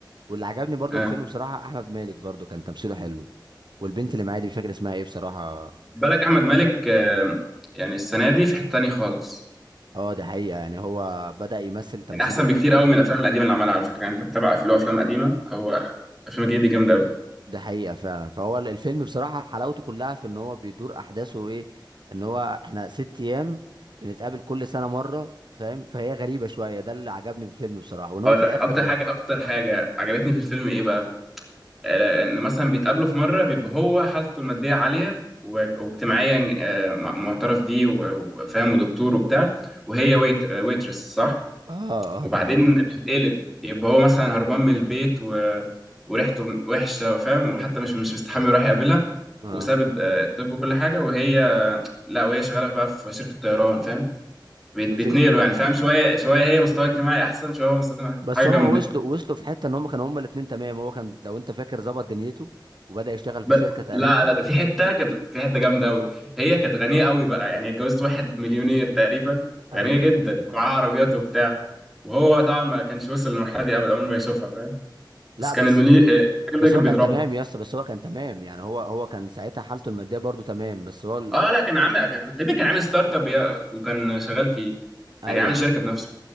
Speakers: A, on the right (about 65°); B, in the centre.
A: واللي عجبني برضو
B: آه.
A: في الفيلم بصراحه احمد مالك برضو كان تمثيله حلو والبنت اللي معايا دي مش فاكر اسمها ايه بصراحه
B: بالك احمد مالك آه، يعني السنه دي في حته تانيه خالص
A: اه دي حقيقه يعني هو بدأ يمثل تمثيل
B: يعني احسن
A: ايه
B: بكتير
A: ده
B: قوي من الافلام القديمه اللي عملها على فكره يعني انت متابع أف- له افلام
A: آه،
B: قديمه هو الافلام الجديده دي جامده قوي
A: ده حقيقه فعلا فهو ال- الفيلم بصراحه حلاوته كلها في ان هو بيدور احداثه ايه ان هو احنا ست ايام بنتقابل كل سنه مره فاهم فهي غريبه شويه ده اللي عجبني في الفيلم بصراحه وان هو
B: اقول
A: في
B: لك
A: الاخر
B: اكتر حاجه
A: اه
B: اكتر حاجه عجبتني في الفيلم ايه بقى آه، ان مثلا بيتقابلوا في مره بيبقى هو حالته الماديه عاليه و- واجتماعيا آه، م- معترف بيه و- وفاهم ودكتور وبتاع وهي ويت آه، ويترس صح
A: اه
B: وبعدين
A: دي حقيقه
B: اه بتتقلب يبقى هو مثلا هربان من البيت و... وريحته وحشه وفاهم وحتى مش مش مستحمي وراح يقابلها
A: اه
B: وساب الد- آه، الطب وكل حاجه وهي لا وهي شغاله بقى في شركه طيران فاهم بيت-
A: بس
B: بيتنقلوا يعني فاهم شويه شويه هي مستوى اجتماعي احسن شويه هو مستوى اجتماعي-
A: بس
B: حاجه جامده
A: هم وصلوا وصلوا في حته ان هم كانوا هم الاثنين تمام هو كان لو انت فاكر ظبط دنيته وبدا يشتغل
B: بس
A: في شركه تقريبا
B: لا لا ده في حته كانت في حته جامده قوي هي كانت غنيه قوي بقى يعني اتجوزت واحد مليونير تقريبا
A: ايوه
B: غنيه جدا معاه عربيات وبتاع وهو طبعا ما كانش وصل للمرحله دي ابدا عمره ما يشوفها فاهم
A: لا
B: بس كان
A: بس
B: المليونير آه، الراجل
A: بس
B: ده كان
A: هو كان
B: بيضربها
A: تمام يا اسطى بس هو كان تمام يعني هو هو كان ساعتها حالته الماديه برضو تمام بس هو ال...
B: اه لا كان عامل كان تقريبا كان عامل ستارت اب ي- وكان شغال فيه
A: ايوه
B: يعني عامل شركه بنفسه